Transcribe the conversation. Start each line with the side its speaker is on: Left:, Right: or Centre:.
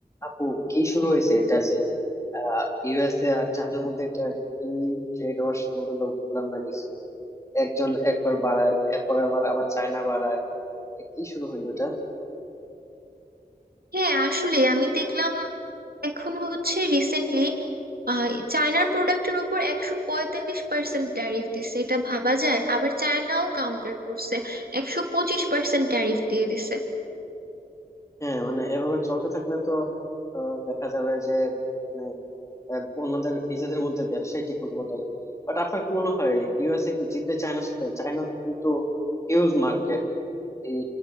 Left: আপু কি শুরু হয়েছে এটা যে ইউএসএ আর চায়নার মধ্যে এটা কি ট্রেড ওয়ার শুরু হলো বুঝলাম না কিছু একজন একবার বাড়ায় এরপর আবার আবার চায়না বাড়ায় এ কি শুরু হলো এটা
Right: হ্যাঁ আসলে আমি দেখলাম এখন হচ্ছে রিসেন্টলি চায়নার প্রোডাক্টের উপর একশো পঁয়তাল্লিশ পার্সেন্ট ট্যারিফ দিছে এটা ভাবা যায় আবার চায়নাও কাউন্টার করছে একশো পঁচিশ পার্সেন্ট ট্যারিফ দিয়ে দিছে
Left: হ্যাঁ মানে এভাবে চলতে থাকলে তো আহ, দেখা যাবে যে মানে আহ, অন্যদের নিজেদের মধ্যে ব্যবসায় ঠিক মতো বন্ধ হয়ে যাবে বাট আপনার কি মনে হয় ইউএসএ কি জিতবে চায়নার সাথে চায়না কিন্তু হিউজ মার্কেট এই